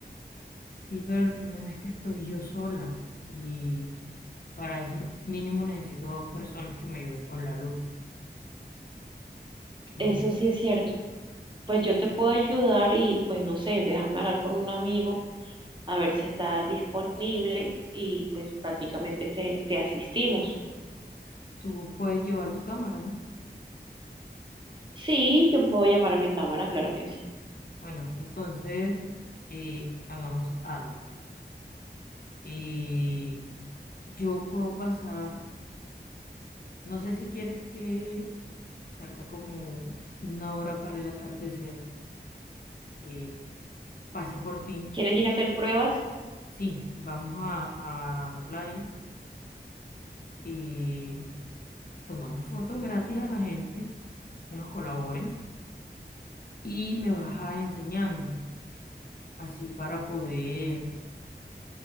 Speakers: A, on the left (about 55°); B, on the right (about 25°).
A: Sí, pero el problema es que estoy yo sola y para eso mínimo necesito dos personas que me ayuden con la luz. Y
B: Eso sí es cierto. Pues yo te puedo ayudar y pues no sé, déjame hablar con un amigo a ver si está disponible y pues prácticamente te, te asistimos.
A: tú puedes llevar tu cámara, ¿no?
B: Sí, yo puedo llamar a mi cámara, claro que sí.
A: Bueno, entonces eh, hagamos algo. Y yo puedo pasar, no sé si quieres que falta como una hora para el atardecer, eh, pase por ti.
B: ¿Quieres ir a hacer pruebas?
A: Sí, vamos a, a la playa y tomamos fotos gratis a la gente que nos colaboren y me vas a enseñando, así para poder